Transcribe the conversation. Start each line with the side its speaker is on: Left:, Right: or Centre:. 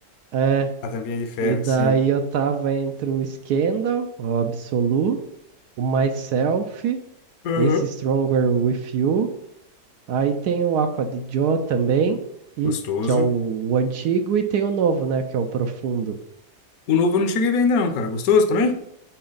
Right: É,
Left: A tampinha de ferro,
Right: e daí
Left: sim.
Right: eu tava entre o Scandal, o Absolu, o Myself,
Left: Aham.
Right: esse Stronger With You, aí tem o Aqua di Gio também, e,
Left: Gostoso.
Right: que é o, o antigo, e tem o novo, né, que é o Profundo.
Left: O novo eu não cheguei a ver ainda não, cara. Gostoso também?